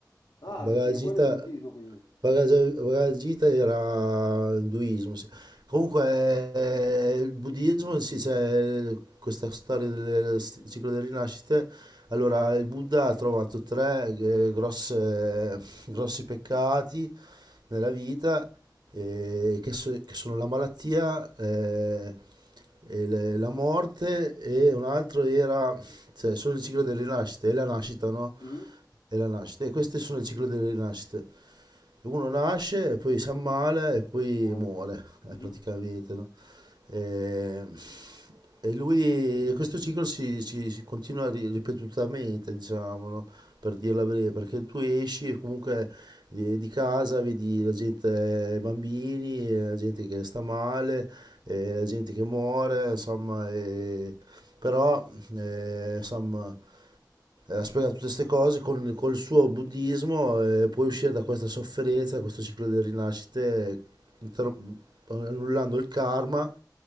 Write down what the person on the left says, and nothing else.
Ah,
dici che quello è il buddismo, quindi.
Mhm.
Amore.
Mhm.